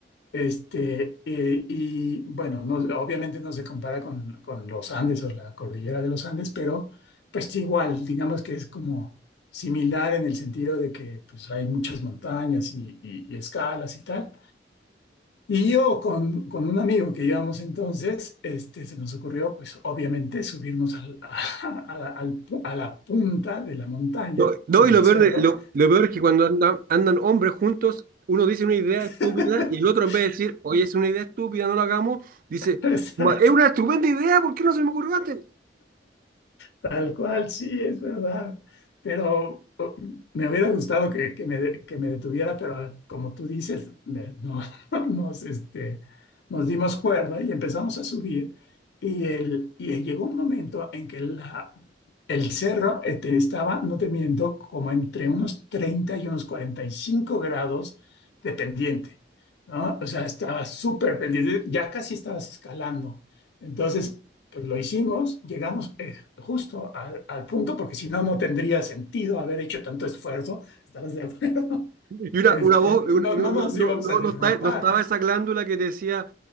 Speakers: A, on the left; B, on the right.
A: Este, eh, y bueno, no- obviamente no se compara con, con los Andes o la cordillera de los Andes, pero pues sí, igual, digamos que es como similar en el sentido de que pues hay muchas montañas y, y- y escalas y tal. Y yo con, con un amigo que íbamos entonces, este, se nos ocurrió pues obviamente subirnos al- <laughs> a la al pu- a la punta de la montaña,
B: No, no,
A: al
B: y
A: del
B: lo peor,
A: cerro.
B: de- lo, lo peor es que cuando andan, andan hombres juntos, uno dice una idea estúpida
A: <laughs>
B: y el otro en vez de decir, oye, es una idea estúpida, no lo hagamos, dice,
A: Exacto.
B: "Ma- es una estupenda idea, ¿por qué no se me ocurrió antes?
A: Tal cual, sí, es verdad. Pero o, me hubiera gustado que, que me, de- que me detuviera, pero ah, como tú dices, me- no, <laughs> nos, este, nos dimos cuerda y empezamos a subir. Y, el, y llegó un momento en que la- el cerro este, estaba, no te miento, como entre unos 30 y unos 45 grados de pendiente, ¿no? O sea, estaba súper pendiente, ya casi estabas escalando. Entonces, pues lo hicimos, llegamos eh, justo al, al punto, porque si no, no tendría sentido haber hecho tanto esfuerzo, estarás de acuerdo. <laughs>
B: Y una,
A: Este,
B: una voz, una-
A: no,
B: no,
A: no
B: no,
A: nos
B: no,
A: íbamos
B: no,
A: a derrotar.
B: no está- no estaba esa glándula que te decía,